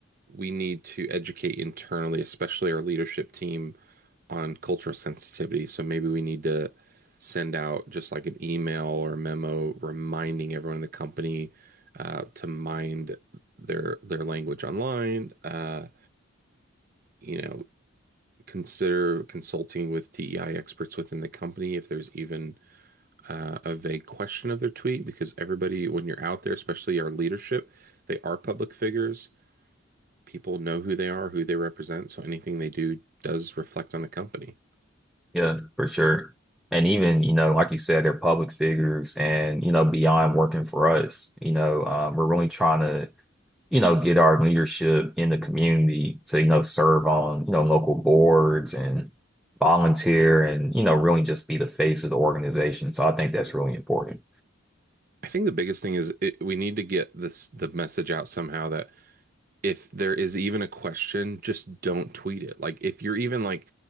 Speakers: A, on the right (about 45°); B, in the centre.
A: we need to educate internally, especially our leadership team, on cultural sensitivity. So maybe we need to send out just like an email or memo reminding everyone in the company uh, to mind their their language online. Uh, you know, consider consulting with DEI experts within the company if there's even uh, a vague question of their tweet, because everybody, when you're out there, especially our leadership, they are public figures. People know who they are, who they represent, so anything they do does reflect on the company.
B: Yeah, for sure. And even, you know, like you said, they're public figures and, you know, beyond working for us, you know, um, we're really trying to you know, get our leadership in the community to, you know, serve on, you know, local boards and volunteer and, you know, really just be the face of the organization. So I think that's really important.
A: I think the biggest thing is it, we need to get this the message out somehow that if there is even a question, just don't tweet it. Like if you're even like